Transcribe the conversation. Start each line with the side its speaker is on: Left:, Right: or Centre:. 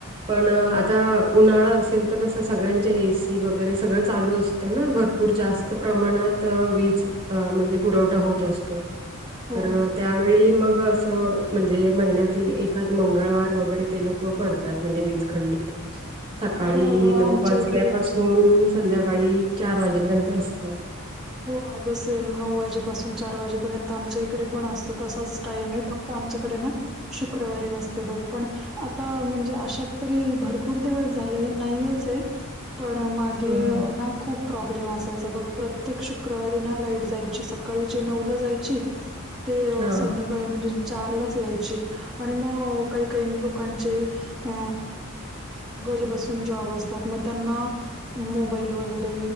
Right: पण आता उन्हाळा असेल तर कस सगळ्यांच्या एसी वगैरे सगळं चालू असतं ना भरपू भरपूर जास्त प्रमाणात वीज म्हणजे पुरवठा होत असतो
Centre: हो
Right: तर त्यावेळी मग असं म्हणजे महिन्यातील एखाद मंगळवार वगैरे ते लोक करतात म्हणजे वीजखंडीत सकाळी
Centre: हो अगं
Right: नऊ
Centre: आमच्या
Right: वाजल्यापासून
Centre: इकडे
Right: दण संध्याकाळी चार वाजेपर्यंत असतो
Centre: हो अग सेम नऊ वाजेपासून चार वाजेपर्यंत आमच्या इकडे पण असतो तसाच टाइम आहे फक्त तर आमच्याकडे ना शुक्रवारी नसते बघ पण आता म्हणजे अशात तरी भरपूर दिवस झाले नाहीयेच आहे पण मा
Right: हम्म.
Centre: खूप प्रॉब्लेम असायचा प्र प्र्येक शुक्रवारी ना लाईट जायची सकाळी जे नऊला जायची ते
Right: हा
Centre: संध्याका म्हणजे चारलाच यायची आणि मग काही काही लोकांचे अ घरी बसून जॉब असतात मग त्यांना मोबाईल वगैरे